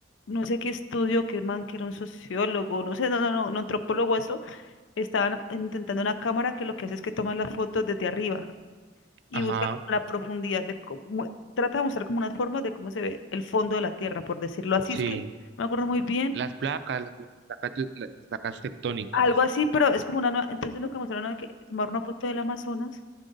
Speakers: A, on the left (about 80°); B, on the right (about 65°).
A: no sé qué estudio, que el man, que era un sociólogo, no sé, no, no, no, un antropólogo, eso, estaban intentando una cámara que lo que hace es que toma las fotos desde arriba y
B: ajá,
A: busca como la profundidad de cómo, trata de mostrar como unas formas de cómo se ve el fondo de la Tierra, por decirlo así,
B: sí.
A: es que no me acuerdo muy bien,
B: Las placas, las, las placas, te- las placas tectónicas.
A: algo así, pero es como una nueva, entonces lo que mostraron es que tomar una foto del Amazonas